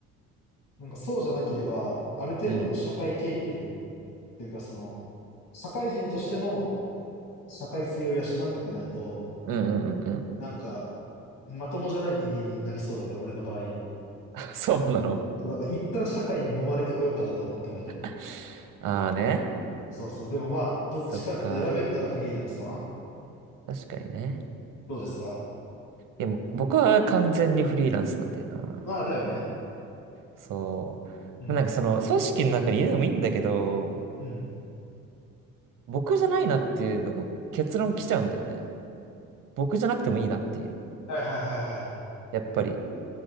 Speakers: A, on the left; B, on the right.
A: なんかそうじゃなければ、ある程度の社会経験っていうかその、
B: うんうん
A: 社会人としての社会性を養っとかないと、
B: うんうんうん。
A: なんか、まともじゃない人間になりそうだから、俺の場合。
B: <laughs> そうなの
A: そうだから一旦社会に揉まれてこようかなとは思ってんだけど。
B: <laughs> ああね。
A: そうそう。でもまあ、どっちかって選べんならフリーランスかな。
B: そっか。確かにね。
A: どうですか
B: いやもう僕は完全にフリーランスなんだよな。
A: まあ、だよね。
B: そう。
A: うん。
B: なんかその組織の中にいるのもいいんだけど、
A: うん。
B: 僕じゃないなっていうのが結論来ちゃうんだよね。僕じゃなくてもいいなっていう。
A: はいはいはいはい。
B: やっぱり。